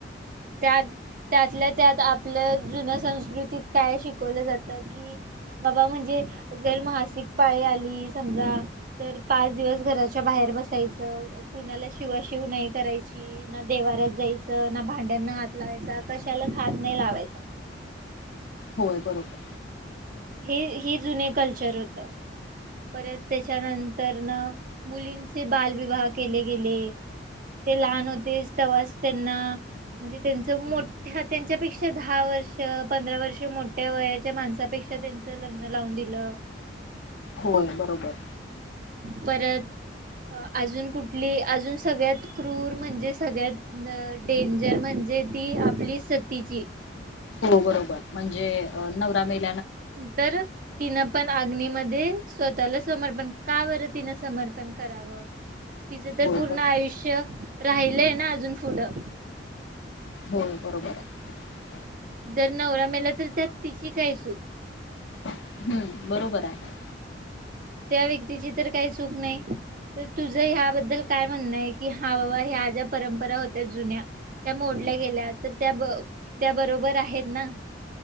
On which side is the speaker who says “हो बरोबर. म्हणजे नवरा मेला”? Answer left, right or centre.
Left